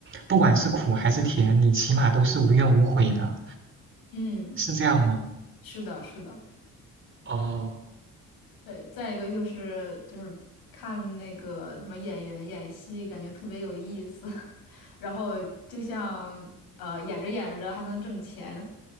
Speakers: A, on the right (about 35°); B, on the left (about 85°).
A: 不管是苦还是甜，你起码都是无怨无悔的，
B: 嗯，
A: 是这样吗？
B: 是的，是的。
A: 哦，
B: 对，再一个就是就是看那个什么演员演戏，感觉特别有意思，<laughs> 然后就像呃演着演着还能挣钱，